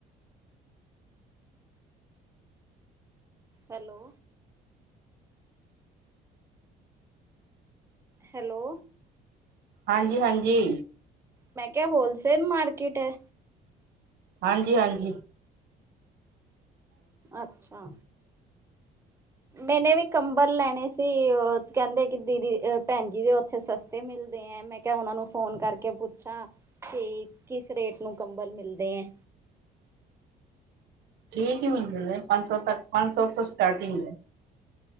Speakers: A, on the right (about 15°); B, on the right (about 75°).
A: ਹੈਲੋ, ਹੈਲੋ,
B: ਹਾਂਜੀ-ਹਾਂਜੀ।
A: ਮੈਂ ਕਿਹਾ, ਹੋਲਸੇਲ ਮਾਰਕੀਟ ਹੈ।
B: ਹਾਂਜੀ-ਹਾਂਜੀ।
A: ਅੱਛਾ। ਮੈਨੇ ਵੀ ਕੰਬਲ ਲੈਣੇ ਸੀ। ਕਹਿੰਦੇ ਕਿ ਦੀਦੀ ਭੈਣ ਜੀ ਦੇ ਉੱਥੇ ਸਸਤੇ ਮਿਲਦੇ ਹੈ। ਮੈਂ ਭੈਨਾਂ ਨੂੰ ਫੋਨ ਕਰਕੇ ਪੁੱਛਾਂ ਕਿ, ਕਿਸ ਰੇਟ ਨੂੰ ਕੰਬਲ ਮਿਲਦੇ ਹੈ।
B: ਠੀਕ ਹੀ ਮਿਲਦੇਦੇ। ਪੰਜ ਸੌ ਤੱਕ, ਪੰਜ ਸੌ ਤੋਂ ਸਟਾਰਟਿੰਗ ਹੈ।